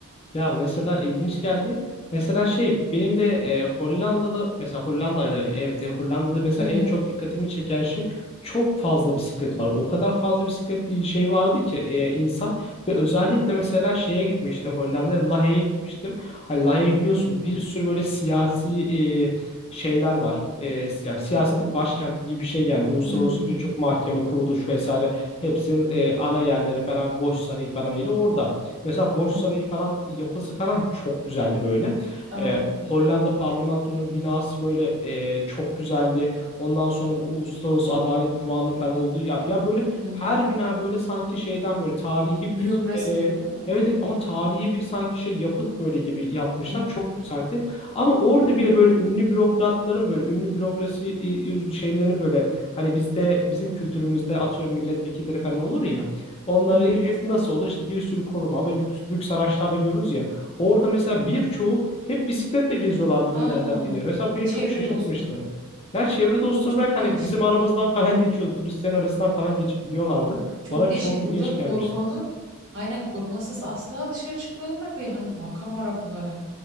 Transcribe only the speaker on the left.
Ya mesela ilginç geldi. Mesela şey benim de e, Hollanda'da mesela Hollanda'da evet e, Hollanda'da mesela
en
çok dikkatimi çeken şey çok fazla bisiklet var. O kadar fazla bisikletli şey vardı ki e, insan ve özellikle
mesela şeye gitmiştim Hollanda'ya Lahey'e gitmiştim. Hani Lahey'i biliyorsun
bir sürü böyle siyasi e, şeyler var. E, yani siyasetin başkenti gibi bir şey yani uluslararası
birçok mahkeme kuruluş vesaire hepsinin e, ana yerleri falan Boş Sarayı falan ile orada. Mesela Boş
Sarayı
falan yapısı falan çok güzeldi böyle.
Hollanda parlamentonun binası böyle e, çok güzeldi. Ondan sonra bu Uluslararası Adalet Divanı falan oldu. Ya, ya böyle
her bina böyle sanki şeyden böyle tarihi
bir e,
evet evet ama tarihi bir sanki şey yapıt böyle gibi yapmışlar.
Çok
güzeldi. Ama orada bile böyle ünlü bürokratların böyle ünlü bürokrasi e, şeylerini böyle hani bizde bizim kültürümüzde atıyorum milletvekilleri falan olur ya. Onları
hep nasıl olur? işte bir sürü koruma ve lüks, lüks araçlarda görürüz ya. Orada mesela birçoğu hep bisikletle geziyorlardı
bir yerden bir yere. Mesela beni
çok şaşırtmıştı.
Ya çevre dostunu
bırak hani
bizim aramızdan <laughs> falan geçiyordu. Turistlerin arasından falan geçip gidiyorlardı.
Bana
çok ilginç
gelmişti.